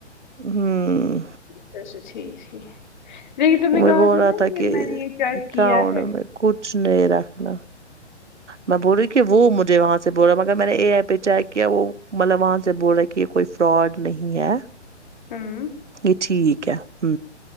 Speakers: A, on the right; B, on the left.
A: ہوں
B: اچھا- اچھا ٹھیک ٹھیک لیکن تم نے
A: وہ
B: کہا
A: بول
B: تھا
A: رہا
B: نا کہ میں نے یہ چیک
A: اکاؤنٹ
B: کیا ہے-
A: میں کچھ نہیں رکھنا میں بول رہیوں کہ وہ مجھے وہاں سے بول رہا ہ مگر میں نے اے ای پہ چیک کیا وہ مطلب وہاں سے بول رہا کہ یہ کوئی فراڈ نہیں ہے
B: ہوں
A: یہ ٹھیک ہے ہ